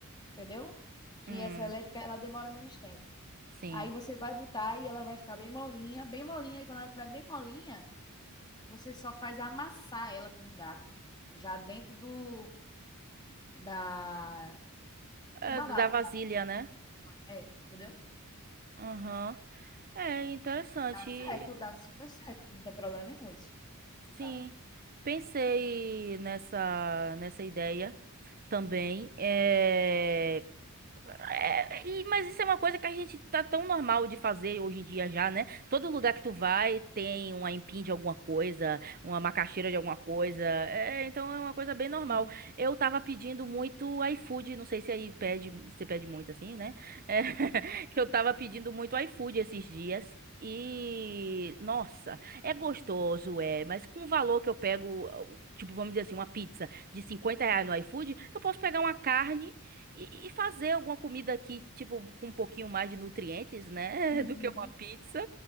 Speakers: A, on the left; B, on the right.
A: entendeu? Que
B: hum,
A: essa elétrica, ela demora menos tempo.
B: sim.
A: Aí você vai botar e ela vai ficar bem molinha, bem molinha, e quando ela estiver bem molinha, você só faz amassar ela com um garfo, já dentro do, da, do
B: É
A: babado.
B: da vasilha, né?
A: É, entendeu?
B: Aham. É interessante.
A: Dá certo, dá super certo, não tem problema nenhum isso,
B: Sim.
A: sabe?
B: Pensei nessa, nessa ideia também. É, É, e- mas isso é uma coisa que a gente tá tão normal de fazer hoje em dia já, né? Todo lugar que tu vai tem uma empim de alguma coisa, uma macaxeira de alguma coisa. É, então é uma coisa bem normal.
A: Sim.
B: Eu tava pedindo muito iFood, não sei se aí pede, você pede muito assim, né? É, <laughs> que eu tava pedindo muito iFood esses dias. E, nossa, é gostoso, é, mas com o valor que eu pego, tipo, vamos dizer assim, uma pizza de 50 reais no iFood, eu posso pegar uma carne e, e fazer alguma comida aqui, tipo, com um pouquinho mais de nutrientes, né?
A: Uhum.
B: <laughs> Do que uma pizza.